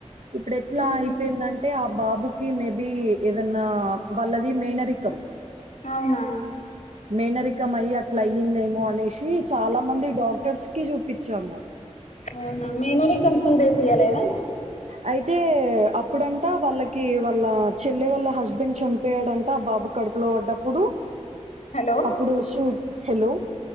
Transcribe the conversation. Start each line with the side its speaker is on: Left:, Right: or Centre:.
Right: ఇప్పుడు ఎట్లా
Left: ఉమ్
Right: అయిపోయిందంటే ఆ బాబు కి మేబి ఏదన్నా వల్లది మేనరికం
Left: అవునా
Right: మేనరి క్కమయి అట్ల అయిందేమో అనేసి చాలా మంది డాక్టర్స్ కి చూపించాము
Left: అవునా మేనరికం తీయలేదా
Right: అయితే అప్పుడంతా వాళ్ళక్ కి వాళ్ళ చెల్లె వాళ్ళ హస్బెండ్ చనిపోయాడంట ఆ బాబు కడుపులో పడ్డప్పుడు
Left: హలో
Right: అప్పుడు సూ హలో